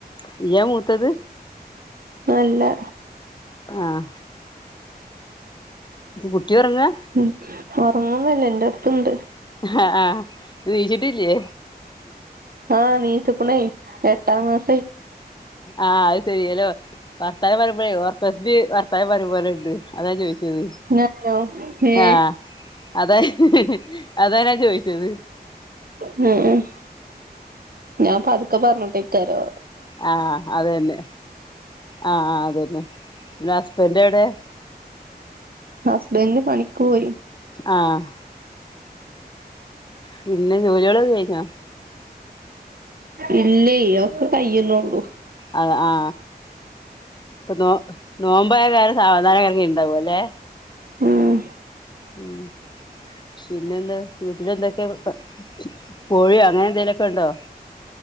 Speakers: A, on the left (about 25°); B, on the right (about 65°).
A: നീയാ മൂത്തത്
B: അല്ലാ
A: ആഹ് കുട്ടി ഒറങ്ങാ
B: ഉം ഒറങ്ങുവന്നോല്ല എന്റെടുത്തുണ്ട്
A: ഹാ ആഹ് എണീച്ചിട്ടില്ലേ
B: ആഹ് എണീച്ചുക്കുണെയ് എട്ടാ മാസായി
A: അ ആഹ് സെരിലോ വർത്താന പറയ്മ്പളെർക്കത്തി വർത്താനം പറയ്പോലെ ഇണ്ട് അതാഞാ ചോയ്ച്ചത്
B: ഞാനോ ഏ
A: ആഅതാഹ് ഹ് ഹ് അതാ ഞാൻ ചോയ്ച്ചത്
B: ഉം ഉം ഞാൻ പത്ക്കെ പറഞ്ഞ്ട്ടയ്ക്കാരോ
A: ആ അതന്നെ ആ അതന്നെ ന്നിട്ട് ഹസ്ബന്റെ വടെ
B: ഹസ്ബൻന്റ് പണിക്ക് പോയി
A: ആഹ് പിന്നെ ജോലികളൊക്കെ കയ്ഞ്ഞോ
B: ഇല്ലെയ് അയൊക്കെ കയ്യുന്നുള്ളു
A: അ ആ ഇപ്പൊ നോ നോമ്പായ <unintelligible> സാവധാന കറി ഉണ്ടാവുംല്ലെ
B: ഉം
A: ഉം പിന്നെന്താ വീട്ടില് എന്തൊക്കെ പ കോഴി അങ്ങനെ എന്തേലുക്കെ ഉണ്ടോ